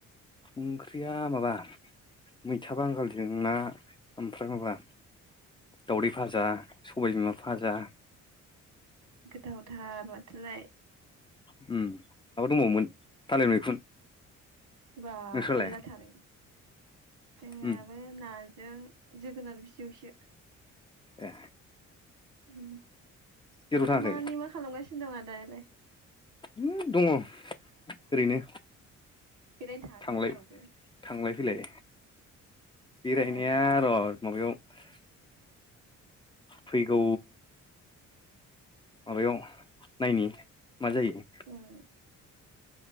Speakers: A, on the left; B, on the right.
A: ओंख्रिया माबा मैथा बांगालजों ना ओमफ्राय माबा दावदै भाजा सबाय बिमा फाजा
B: गोथाव थार लाय
A: उम माबा दंबावोमोन थालिर मैखुन
B: बा
A: नोंस्रालाय
B: मेला थार जोंहाबो
A: उम
B: नाजों जोगोनार बिजौसो
A: ए
B: उम।
A: जेराव
B: दामानि
A: थाङाखै
B: मा खालामगासिनो दं आदायालाय?
A: उम दङ ओरैनो।
B: बेरायनो थाङाखै
A: थांलाय
B: जेरावबो
A: थांलाय फैलाय बेरायनाया
B: ए
A: र माबायाव फैगौ माबायाव नायनि मा जायो।
B: उम